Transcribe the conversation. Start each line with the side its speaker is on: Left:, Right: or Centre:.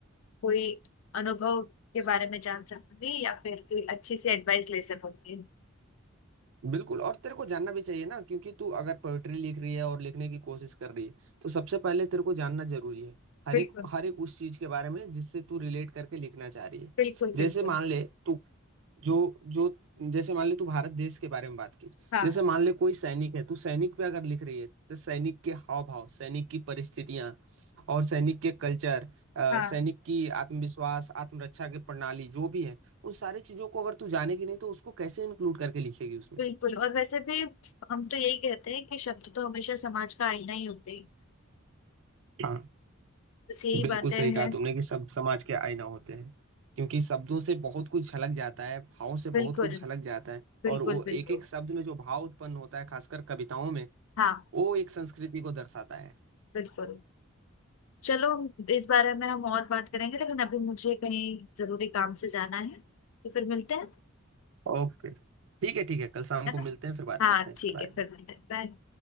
Left: कोई अनुभव के बारे में जान सकूंगी या फिर कोई अच्छी सी एडवाइस ले सकूंगी
Right: बिल्कुल और तेरे को जानना भी चाहिए ना क्योंकि तू अगर पोएट्री लिख रही है और लिखने की कोशिश कर रही है तो सबसे पहले तेरे को जानना जरूरी है हर
Left: बिल्कुल
Right: एक हर एक उस चीज के बारे में जिससे तू रिलेट करके लिखना चाह रही है
Left: बिल्कुल
Right: जैसे
Left: बिल्कुल
Right: मान ले तू जो जो जैसे मान ले तू भारत देश के बारे में बात की
Left: हाँ
Right: जैसे मान ले कोई सैनिक है तू सैनिक पे अगर लिख रही है तो सैनिक के हाव भाव सैनिक की परिस्थितियां और सैनिक के कल्चर
Left: हाँ
Right: सैनिक की आत्मविश्वास आत्मरक्षा की प्रणाली जो भी है उन सारी चीजों को अगर तू जानेगी नहीं तो उसको कैसे इंक्लूड करके लिखेगी उसमें
Left: बिल्कुल और वैसे भी हम तो यही कहते हैं कि शब्द तो हमेशा समाज का आईना ही होते हैं
Right: हाँ
Left: बस यही
Right: बिल्कुल
Left: बातें
Right: सही कहा
Left: हैं
Right: तुमने कि सब समाज के आईना होते हैं क्योंकि शब्दों से बहुत कुछ झलक जाता है भावों से
Left: बिल्कुल
Right: बहुत कुछ झलक जाता है
Left: बिल्कुल
Right: और वो
Left: बिल्कुल
Right: एक एक शब्द में जो भाव उत्पन्न होता है खासकर कविताओं में
Left: हाँ
Right: वो एक संस्कृति को दर्शाता है
Left: बिल्कुल चलो इस बारे में हम और बात करेंगे लेकिन अभी मुझे कहीं जरूरी काम से जाना है तो फिर मिलते हैं
Right: ओके ठीक है ठीक है कल शाम
Left: है
Right: को
Left: ना
Right: मिलते हैं फिर बात
Left: हाँ
Right: करते हैं इसके
Left: ठीक
Right: बारे
Left: है फिर
Right: में
Left: मिलते हैं बाय